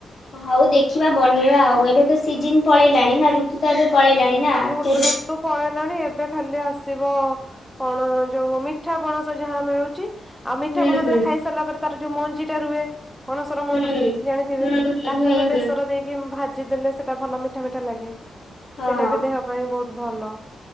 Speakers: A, on the left (about 60°); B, in the centre.
A: ହଉ ଦେଖିବା ବନେଇବା ଆଉ ଏବେ ତ ସିଜିନ ପଳେଇଲାଣି ନା ଋତୁ ତ ଏବେ ପଳେଇଲାଣି ନା
B: ଋ
A: ସେ
B: ଋତୁ ପଳେଇଲାଣି ଏବେ ଖାଲି ଆସିବ ପଣ ଯୋଉ ମିଠା ପଣସ ଯାହା ମିଳୁଚି। ଆଉ ମିଠା
A: ହୁଁ
B: ପଣସରେ
A: ହୁଁ
B: ଖାଇସାରିଲା ପରେ ତାର ଯୋଉ ମଞ୍ଜି ଟା ରୁହେ। ପଣସର ମଞ୍ଜି
A: ହୁଁ
B: ଜାଣିଥିବେ
A: ହୁଁ ହୁଁ
B: ତାକୁ
A: ହୁଁ
B: ବି
A: ହୁଁ
B: ବେସର ଦେଇକି ଭାଜ ଜି ଦେଲେ ସେଟା ଭଲ ମିଠା ମିଠା ଲାଗେ।
A: ହଁ
B: ସେଟା ବି ଦେହ ପାଇଁ ବୋହୁତ ଭଲ।